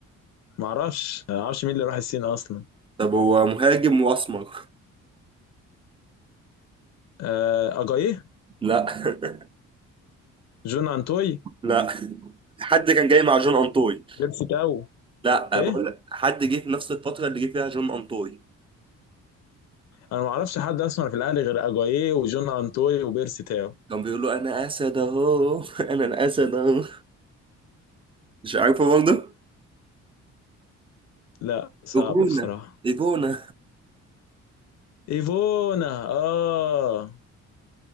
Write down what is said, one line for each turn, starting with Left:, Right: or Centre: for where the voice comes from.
Left: ما اعرفش ما اعرفش مين اللي راح الصين اصلا
Right: طب هو مهاجم واسمر
Left: آه، اجايه
Right: لا <laughs>
Left: جون انتوي
Right: لا حد كان جاي مع جون انطوي
Left: بيرسي تاو
Right: لا
Left: ايه
Right: بقول لك حد جه في نفس الفتره اللي جه فيها جون انطوي
Left: انا ما اعرفش حد اصلا في الاهلي غير اجايه وجون انتوي وبيرسي تاو
Right: كان بيقول له انا اسد اهو <laughs> انا الاسد اهو مش عارفه برضه
Left: لا صعب
Right: ايبونا
Left: بصراحه
Right: ايبونا
Left: ايفونا اه